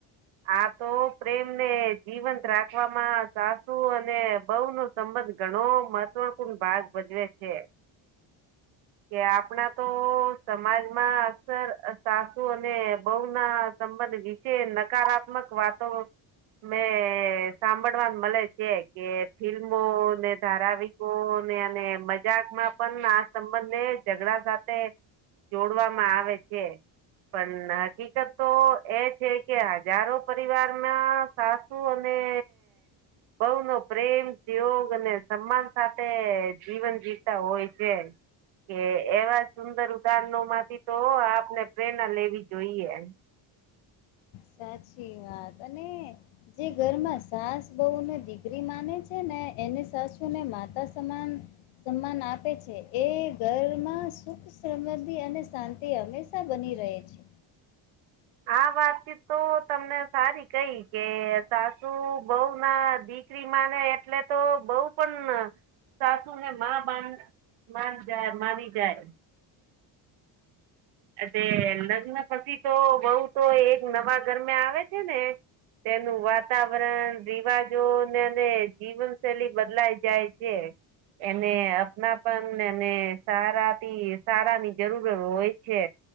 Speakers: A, on the right; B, on the left.
A: આ તો પ્રેમને જીવંત રાખવામાં સાસુ અને બઉ નું. સંબંધ ઘણો મહત્વપૂર્ણ ભાગ ભજવે છે. કે આપણા તો સમાજમાં અકસર સાસુ અને બહુ ના સંબંધ. વિશે નકારાત્મક વાતો. મે સાંભળવાં મળે છે કે ફિલ્મોને ધારાવિક કો ને અને મજાકમાં પણ આ સંબંધને ઝઘડા સાથે જોડવામાં આવે છે. પણ હકીકત તો એ છે કે હજારો પરિવારમાં સાસુ અને બ‌ઉ નો પ્રેમ યોગ અને સન્માન. સાથે જીવન જીવતા હોય છે. કે એવા સુંદર ઉદાહરણો માંથી તો આપને પ્રેરણા લેવી જોઈએ.
B: સાચી વાત અને. જે ઘરમાં સાસ બહુને દીકરી માને છે ને એને સાસુને માતા સમાન. સન્માન આપે છે એ ઘરમાં સુખ. સુ સમ્ધિ અને શાંતિ હંમેશા બની રહે છે.
A: આ વાતચીત તો તમને સારી કઈ કે સાસુ બઉ ના દીક. દિકરી માને એટલે તો બઉ પણ સાસુ ને માં માન. મારી જાય મારી જાય તે લગ્ન પછી તો બહું તો એક નવા ઘરમે આવે છે ને તેનું વાતાવરણ રિવાજો ને જીવનશૈલી બદલાય જાય છે. એને અપનાપન અને સારાથી સારા ની જરૂર હોય. છે